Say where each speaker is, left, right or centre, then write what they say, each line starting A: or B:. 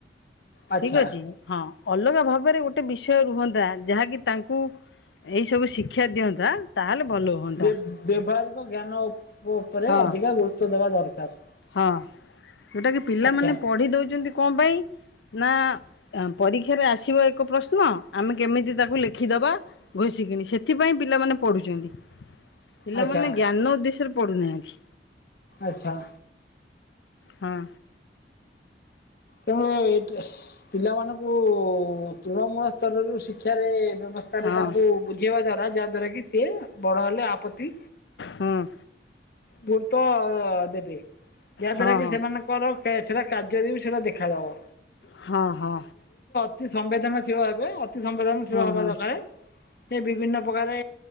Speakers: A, on the left; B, on the left.
A: ଆଚ୍ଛା।
B: ଠିକ ଅଛି ହଁ। ଅଲଗା ଭାବରେ ଗୋଟେ ବିଷୟ ରୁହନ୍ତା ଯାହାକି ତାଙ୍କୁ ଏଇ ସବୁ ଶିକ୍ଷା ଦିଅନ୍ତା ତାହେଲେ ଭଲ ହୁଅନ୍ତା
A: ବେ ବ୍ୟବହାରିକ ଜ୍ଞାନ ମୋ ଉପରେ
B: ହଁ।
A: ଅଧିକା ଗୁରୁତ୍ୱ ଦେବା ଦରକାର।
B: ହଁ ଜୋଉଟାକି ପିଲାମାନେ
A: ଆଚ୍ଛା
B: ପଢ଼ି ଦେଉଛନ୍ତି କଣ ପାଇଁ? ନା ପରୀକ୍ଷାରେ ଆସିବ ଏକ ପ୍ରଶ୍ନ ଆମେ କେମିତି ତାକୁ ଲେଖିଦବା ଘୋଷି କିଣି ସେଥିପାଇଁ ପିଲାମାନେ ପଢ଼ୁଛନ୍ତି। ପିଲାମାନେ
A: ଆଚ୍ଛା
B: ଜ୍ଞାନ ଉଦ୍ଦେଶ୍ୟରେ ପଢ଼ୁନାହାଁ ଛି
A: ଆଚ୍ଛା
B: ହଁ
A: ତେଣୁ ଏ ପିଲାମାନଙ୍କୁ ତୃଣମୂଳ ସ୍ତରରୁ ଶିକ୍ଷାରେ ବ୍ୟବସ୍ଥା
B: ହଁ
A: ରେ ତାଙ୍କୁ ବୁଝେଇବା ଦ୍ଵାରା ଯାହା ଦ୍ଵାରା କି କି ସେ ବଡ ହେଲେ ଆପତ୍ତି
B: ହୁଁ
A: ଭୋଟ ତ ଦେବେ। ଯାହା
B: ହଁ
A: ଦ୍ୱାରା କି
B: ହଁ
A: ସେମାନଙ୍କର ଏ ସେଟା କାର୍ଯ୍ୟରେ ବି ସେଟା ଦେ ଖେଳ ହବ।
B: ହଁ ହଁ
A: ତି ସମ୍ବେଦନଶୀଳ ହେବେ ଅ ତି ସମ୍ବେଦନଶୀଳ
B: ହୁଁ
A: ହବା
B: ହୁଁ
A: ଦରକାରେ ସେ ବିଭିନ୍ନ ପ୍ରକାରେ